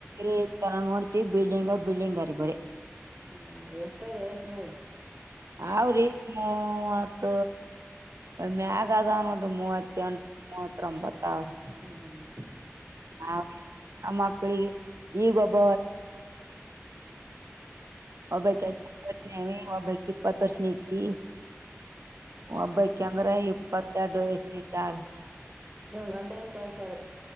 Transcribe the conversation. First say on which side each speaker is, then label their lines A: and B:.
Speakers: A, on the right (about 80°); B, on the right (about 25°).
A: ಈ ತರ ನೋಡ್ತಿವಿ ಬಿಲ್ಡಿಂಗ ಬಿಲ್ಡಿಂಗರಿ ಬರೇ.
B: ಹ ಎಷ್ಟ ರೀ ವಯಸ್ಸ ನಿಮಗ್.
A: ಅವ್ರಿ ಹ ಮತ್ತ ಮ್ಯಾಗ ಅದ ಮೂವತ್ತ ಮೂತ್ರ ಬತ್ತಾವ
B: ಹ್ಮ್ ಹ್ಮ್
A: ಹ ಆ ಮಕ್ಕಳಿಗೆ ಈಗ ಒಬ್ಬ ಒಬ್ಬಾಯರ್ಷನೀ ಒಬ್ಬಾಯಿ ಇಪ್ಪತ್ತರ್ಷನೇಕಿ ಒಬ್ಬಕಂದ್ರ ಇಪ್ಪತ್ತೆರಡು ವಯಸಕಳ
B: ವಂಡ ಎಷ್ಟ ವಸ ಆದ ಆದ್ರ